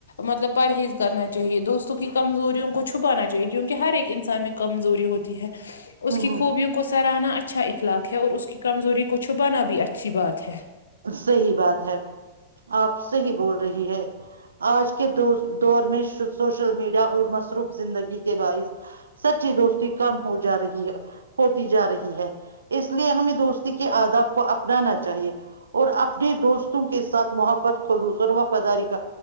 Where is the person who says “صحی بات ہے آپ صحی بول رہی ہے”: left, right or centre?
Right